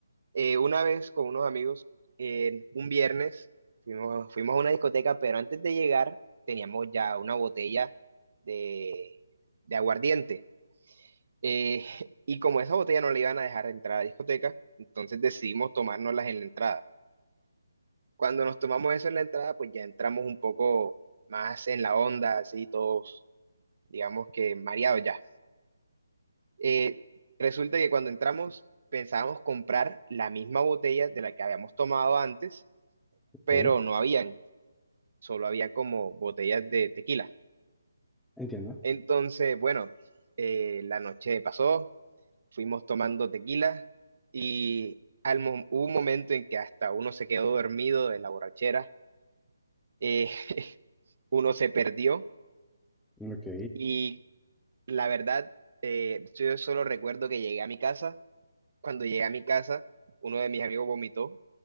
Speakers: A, on the right; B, in the centre.
A: eh, una vez con unos amigos, en un viernes, fuimos, fuimos a una discoteca, pero antes de llegar teníamos ya una botella de, de aguardiente. Eh, <laughs> y como esa botella no la iban a dejar entrar a la discoteca, entonces decidimos tomárnoslas en la entrada. Cuando nos tomamos eso en la entrada, pues ya entramos un poco más en la onda, así todos, digamos que mareados ya. Eh, resulta que cuando entramos pensábamos comprar la misma botella de la que habíamos tomado antes,
B: Ok,
A: pero no habían, solo había como botellas de tequila.
B: entiendo.
A: Entonces, bueno, eh, la noche pasó, fuimos tomando tequila y al mo- hubo un momento en que hasta uno se quedó dormido de la borrachera, eh, <laughs> uno se perdió
B: Ok,
A: y la verdad, eh, yo solo recuerdo que llegué a mi casa, cuando llegué a mi casa, uno de mis amigos vomitó